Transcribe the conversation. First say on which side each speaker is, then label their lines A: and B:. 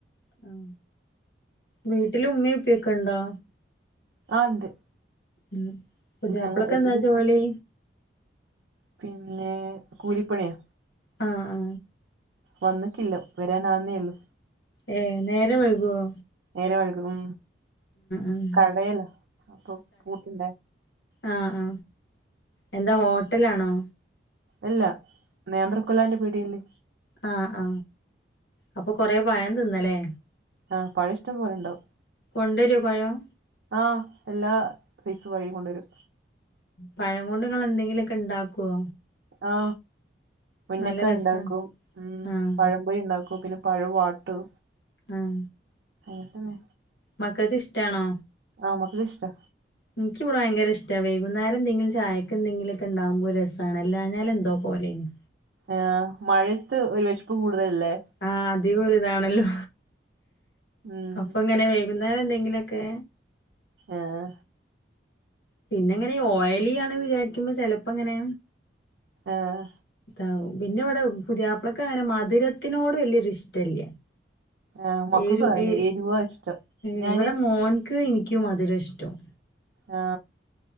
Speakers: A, on the left (about 65°); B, on the right (about 70°).
A: ആ വീട്ടില് ഉമ്മിയു ഉപ്പിയുക്കണ്ടോ?
B: ആ ഉണ്ട്.
A: ഉ പുതിയാപ്ലക്ക്
B: ഞങ്ങ
A: എന്താ
B: ഇതിപ്പോ
A: ജോലി.
B: പിന്നെ കൂലിപ്പണിയാ.
A: ആ ആ
B: വന്നക്കില്ല വരാൻ ആവുന്നേ ഉള്ളൂ.
A: ഏ നേരം വൈകുവോ.
B: നേരം വൈഴ്കും
A: ആഹ്
B: കടയല അപ്പൊ പൂട്ടണ്ടേ.
A: ആ ആ എന്താ ഓട്ടലാണോ.
B: എല്ല നേന്ത്രക്കൊലാന്റെ പീടിയേല്.
A: ആ ആ അപ്പൊ കൊറെ പഴം തിന്നല്ലേ.
B: ആ പഴം ഇഷ്ടം പോലെണ്ടാവും.
A: കൊണ്ടരോ പഴം
B: ആ എല്ലാ സൈസു വഴിയും കൊണ്ടുവരും.
A: പഴം കൊണ്ട് നിങ്ങൾ എന്തെങ്കിലുക്കെ ഉണ്ടാക്കുവോ.
B: ആ മുന്നക്കായ
A: നല്ല രസാണ്
B: ഉണ്ടാക്കും ഉം
A: ആഹ്
B: പഴംപൊരി ഉണ്ടാക്കു പി പഴ വാട്ടും.
A: ആഹ്‌
B: അങ്ങനെ തന്നെ.
A: മക്കക്ക് ഇഷ്ടാണോ.
B: ആ മക്കക്ക് ഇഷ്ടാ
A: എനിക്ക് ഭയങ്കര ഇഷ്ടാ വൈകുന്നേം എന്തെങ്കിലും ചായക്കെന്തെങ്കിലും ഒക്കെ ഉണ്ടാകുപോ രസമാണ് അല്ലാഞ്ഞാൽ എന്തോ പോലെന്ന്.
B: ഏ മഴത്ത് ഒരു വിശപ്പ് കൂടുതലല്ലേ?
A: ആ അധികം ഇതാണല്ലോ
B: ഉം
A: അപ്പൊ അങ്ങനെ വൈകുന്നേരം എന്തെങ്കിലൊക്കെ.
B: ഏഹ്‌
A: പിന്നെ എങ്ങനെ ഓയലി ആണെന്ന് വിചാരിക്കുമ്പോ ചെലപ്പോ എങ്ങനെ.
B: ആഹ്.
A: ആവും പിന്നെ ഇവിടെ പുതിയാപ്പളൊക്ക് അങ്ങനെ മധുരത്തിനോട് വലിയൊരു ഇഷ്ടല്ല.
B: ആ മക്കൾക്കും
A: എരു
B: അതന്നെ
A: ഏ
B: എരിവാ ഇഷ്ടം
A: ഇവിടെ
B: ഞാന്
A: മോൻക്ക് എനിക്കു മധുരം ഇഷ്ടം.
B: ആ